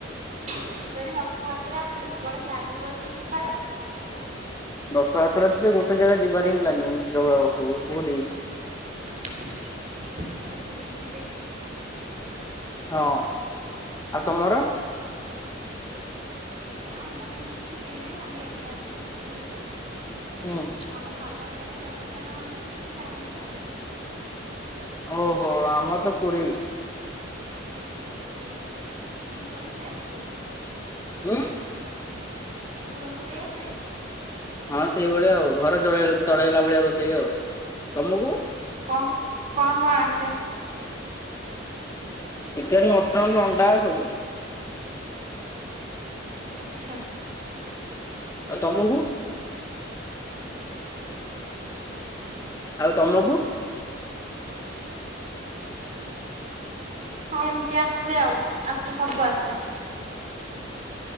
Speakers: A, on the right (about 40°); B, on the left (about 15°).
A: ମୁଁ କହିଲେ ରଥଯାତ୍ରା ଆସୁଚି, କୁଆଡେ ପ୍ଲାନିଂ ଅଛି ଯିବାର?
B: ରଥଯାତ୍ରା ସେ ଗୋଟେ ଜାଗା ଯିବାର ହ ପ୍ଲାନିଂ ଯ ପୁରୀ
A: <unintelligible> ପୁରୀ ଯିବେ।
B: ହଁ ଆଉ ତମର?
A: ନା ଆମର କିଛି ଇଏ ନାହିଁ ଆମେ ଏବେ ଆସିଚୁ ପୁରୀରୁ
B: ହୁଁ
A: ଆମ ଘର ପାଖ ପାଖରେ ରଥ ଟଣା ହୋଉଚି ସେଠୀ ଟାଣୀବୁ ଆଉ।
B: ଓହୋ ଆମର ତ ପୁରୀ।
A: ଓହୋ। ତମକୁ ରୋଷେଇ ଆସଚି?
B: ହୁ।
A: ତମକୁ ରୋଷେଇ ଆସେ?
B: ହଁ ସେଇଭଳିଆ ଆଉ ଘର ଚଳେଇ ଚଳେଇଲା ଭଳିଆ ରୋଷେଇ, ଆଉ ତମକୁ?
A: କଣ କଣ କଣ ଆସେ?
B: ଚିକେନ୍, ମଟନ, ଅଣ୍ଡା ସବୁ। <unintelligible>
A: ଆଚ୍ଛା।
B: ଆଉ ତମକୁ? ଆଉ ତମକୁ?
A: ଏମିତି ଆସେ, ଆଉ ଆସେ ସବୁ ଆସେ।